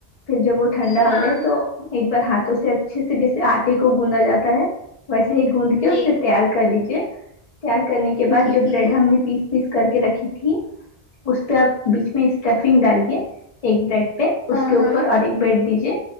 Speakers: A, on the left; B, on the left.
A: پھر جب وہ ٹھنڈا
B: ہاں
A: ہو جائے تو ایک بار ہاتھوں سے اچھے سے جیسے آٹے کو گوندا جاتا ہے ویسے ہی گوند کے اسے
B: جی
A: تیار کر لیجے تیار کرنے کے بعد
B: جی
A: جو
B: جی
A: بریڈ ہم نے پیس پیس کر کے رکھی تھی اس پہ آپ بیچ میں اسٹفنگ ڈالیے ایک بریڈ پہ
B: ہاں
A: اس کے اوپر
B: ہاں
A: اور ایک بیڈ دیجیے